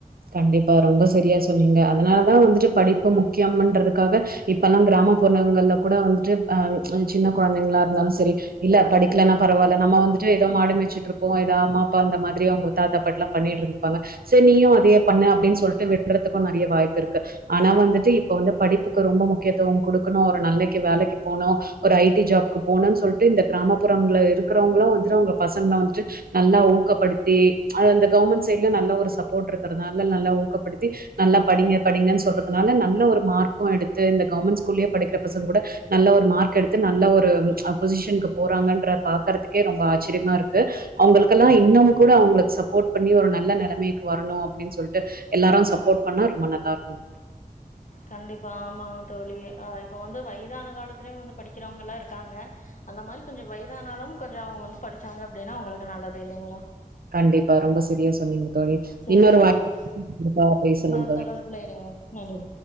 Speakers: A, on the right; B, on the left.
A: கண்டிப்பா ரொம்ப சரியா சொன்னீங்க அதனாலதா வந்துட்டு படிப்பு முக்கியம்ன்றதுக்காக இப்ப எல்லா கிராமப்புறகங்கள்ல கூட வந்துட்டு அ சின்ன குழந்தைங்களா இருந்தாலு சரி இல்ல படிக்கலன்னா பரவாயில்ல நம்ம வந்துட்டு ஏதோ மாடுமேச்சுட்டு இருப்போ ஏதோ அம்மா அப்பா அந்த மாதிரி அவங்க தாத்தா பாட்டிலா பண்ணிட்டு இருந்திருப்பாங்க சரி நீயு அதயே பண்ண அப்டின்னு சொல்லிட்டு விடுறதுக்கு நறையா வாய்ப்பு இருக்கு ஆனா வந்துட்டு இப்ப வந்து படிப்புக்கு ரொம்ப முக்கியத்துவோ குடுக்கணு ஒரு நல்லக்கி வேலைக்கு போனு ஒரு ஐ டி ஜாப்க்கு போனுனு சொல்லிட்டு இந்த கிராமப்புறங்கள்ள இருக்கிறவங்களு வந்துட்டு அவங்க பசங்கள வந்துட்டு நல்லா ஊக்கப்படுத்தி ஆ கவுர்மெண்ட் சைட்ல நல்லா ஒரு சப்போர்ட் இருக் கரனால நல்லா ஊக்கடுத்தி நல்லா படிங்க படிங்கன்னு சொல்றதுனால நல்ல ஒரு மார்க்கு எடுத்து இந்த கவர்மெண்ட் ஸ்கூல்ல படிக்கிற பசங்க கூட நல்ல ஒரு மார்க் எடுத்து நல்ல ஒரு பொசிஷனுக்கு போறாங்கன்ற பாக்றதுக்கே ரொம்ப ஆச்சரியமா இருக்கு அவங்களுக்கெல்லா இன்னு கூட அவங்களுக்கு சப்போர்ட் பண்ணி ஒரு நல்ல நெலைமைக்கு வரணு அப்டின்னு சொல்லிட்டு எல்லாரு சப்போர்ட் பண்ணா ரொம்ப நல்லா இருக்கு
B: கண்டிப்பா ஆமா தோழி ஆ இப்ப வந்து வயதான காலத்துலயு வந்து படிக்கிறவங்கள்ளா இருக்காங்க அந்த மாரி கொஞ்சொ வயதானாலு கொஞ்சோ அவங்க வந்து படிச்சாங்க அப்டின்னா அவங்களுக்கு நல்லது இல்லைங்களா
A: கண்டிப்பா ரொம்ப சரியா சொன்னீங்க தோழி
B: சரிங்க
A: இன்னொரு
B: தோழி
A: வாய்ப்பு பேசலாம்
B: இன்னொரு
A: தோழி
B: தொடர்ப்புல இணைவோ நன்றி